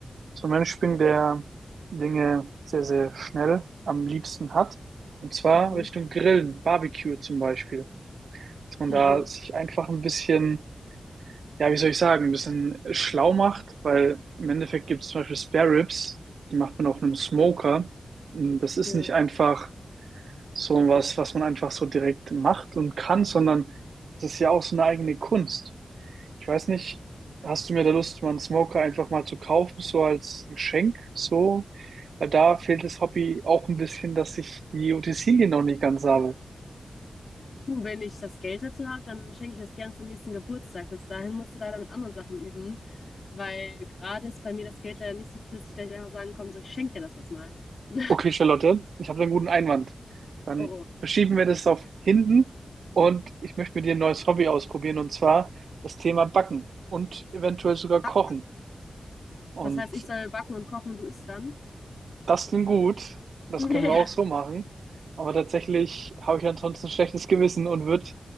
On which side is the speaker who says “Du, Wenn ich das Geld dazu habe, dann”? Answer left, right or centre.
Left